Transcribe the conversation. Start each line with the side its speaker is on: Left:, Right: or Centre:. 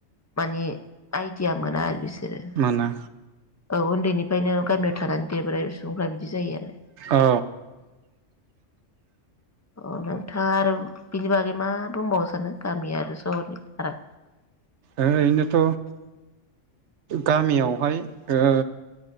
Left: माने आइडिया मोना आरो बिसोर बि
Right: मोना
Left: औ उन्दैनि ओंखायनो गामियाव थानानै देब्राय संग्रा बिदि जायो आरो
Right: औ
Left: अ नोंथाङा आरो बिनि बागै मा बुंबावनो सानो गामि आरो सहरनि फाराग?
Right: ओ इनोथ' गामियाव हाय ओ